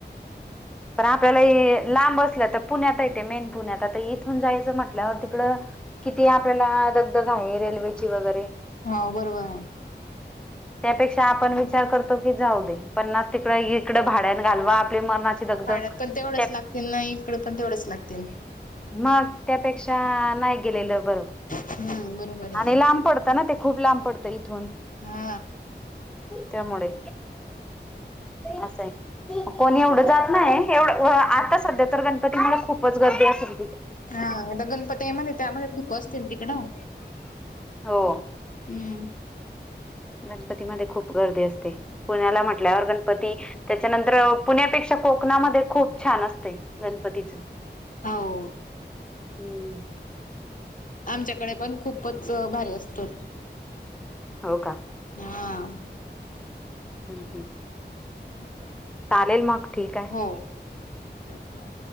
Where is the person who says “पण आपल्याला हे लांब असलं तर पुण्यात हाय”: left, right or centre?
Centre